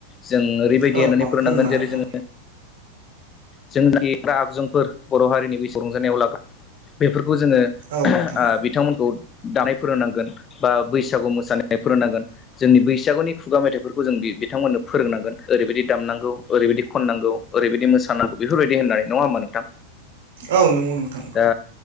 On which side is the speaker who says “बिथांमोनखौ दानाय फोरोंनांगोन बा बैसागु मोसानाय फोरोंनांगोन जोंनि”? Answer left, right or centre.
Left